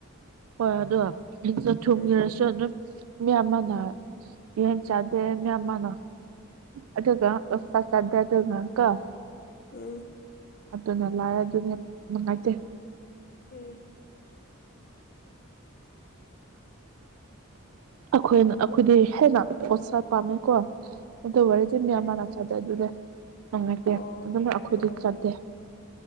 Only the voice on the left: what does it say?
ꯎꯝ
ꯎꯝ
ꯎꯝ
ꯐꯔꯦ
ꯑꯣ
ꯑꯣ